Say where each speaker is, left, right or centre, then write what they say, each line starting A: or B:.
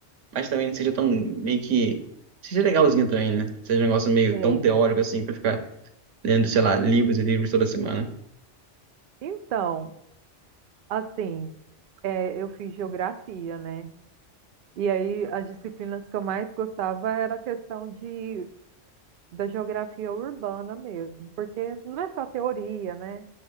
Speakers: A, on the right (about 80°); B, on the right (about 60°).
A: mas também não seja tão meio que. Seja legalzinha também, né? Seja um negócio meio
B: Sei.
A: tão teórico assim, pra ficar lendo, sei lá, livros e livros toda semana.
B: Então, Assim, é, eu fiz geografia, né? E aí as disciplinas que eu mais gostava era a questão de, da geografia urbana mesmo, porque não é só teoria, né?